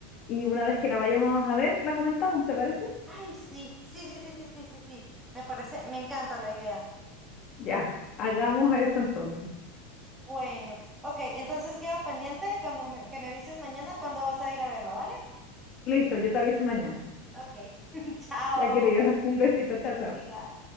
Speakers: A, on the left; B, in the centre.
A: y una vez que la vayamos a ver, la comentamos, ¿te parece?
B: Ay, sí, sí, sí, sí, sí, sí, sí, sí. Me parece, me encanta la idea.
A: Ya, hagamos eso entonces.
B: Bueno, ok, entonces queda pendiente cuando me- que me avises mañana cuándo vas a ir a verla, ¿vale?
A: Listo, yo te aviso mañana.
B: Ok, <laughs> chao,
A: Ya querida, un besito, chao, chao.
B: igual.